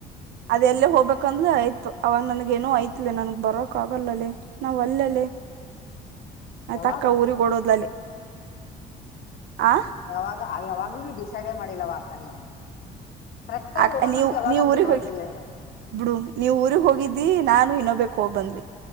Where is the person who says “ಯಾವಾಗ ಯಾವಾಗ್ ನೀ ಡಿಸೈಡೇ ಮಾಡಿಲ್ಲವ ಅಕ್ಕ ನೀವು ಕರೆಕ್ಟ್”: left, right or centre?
Left